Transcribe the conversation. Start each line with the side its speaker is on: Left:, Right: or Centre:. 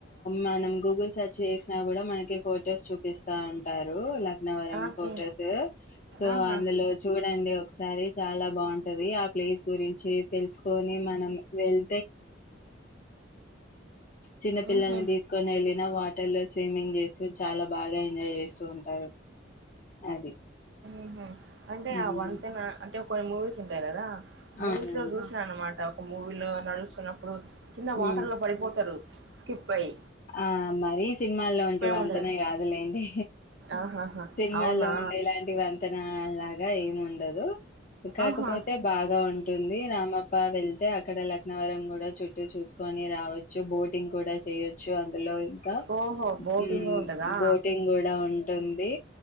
Left: మనం గూగుల్ సెర్చ్ చేసినా కూడా మనకి ఫొటోస్ చూపిస్తా అంటారు నవరం
Right: ఓకే
Left: ఫొటోస్ సో
Right: ఆహా
Left: అందులో చూడండి ఒకసారి చాలా బాగుంటది ప్లేస్ గురించి తెలుసుకొని మనం వెళ్ చిన్న పిల్లల్ని
Right: ఉహూ
Left: తీసుకొని వెళ్ళిన వాటర్ లో స్విమ్మింగ్ చేస్తూ చాలా బాగా ఎంజాయ్ చేస్తూ ఉంటారు అది
Right: ఉహూ అంటే
Left: ఉమ్,
Right: ఆ వంతెన అంటే కొన్ని మూవీస్ ఉంటాయి కదా మూవీస్
Left: అవునండి
Right: లో చూసా అన్నమాట మూవీలో నడుస్తున్నప్పుడు కింద వాటర్
Left: ఉమ్.
Right: లో పడిపోతారు స్కిప్ అయి
Left: ఆ మరి సినిమాల్లో వంటి వంతనే
Right: ఉండదు.
Left: కాదులేండి
Right: ఆహాహా!
Left: సినిమాల్లో
Right: అవునా?
Left: ఉండే అలాంటి వంతెన లాగా ఇగా ఏమి ఉండదు కాకపోతే
Right: ఆహా!
Left: బాగా ఉంటుంది రామప్ప వెళ్తే అక్కడ లక్నవరం కూడా చుట్టూ చూసుకొని రావచ్చు బోటింగ్ కూడా చేయొచ్చు వచ్చు అందులో ఇంకా
Right: అక్కడ. ఓహో! బోటింగ్
Left: ఉమ్
Right: గూడా ఉంటదా?
Left: బోటింగ్ కూడా ఉంటుంది